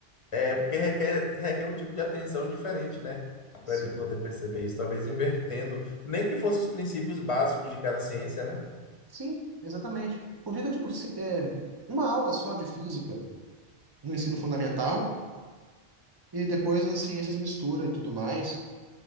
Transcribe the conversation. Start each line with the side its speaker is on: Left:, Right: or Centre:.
Left: É porque requer, requer um tipo de atenção diferente, né?
Right: Sim.
Left: Para ele poder perceber isso, talvez invertendo, nem que fossem os princípios básicos de cada ciência, né?
Right: Sim, exatamente. Podia ter, tipo, ci- é, uma aula só de física no ensino fundamental e depois nas ciências mistura e tudo mais.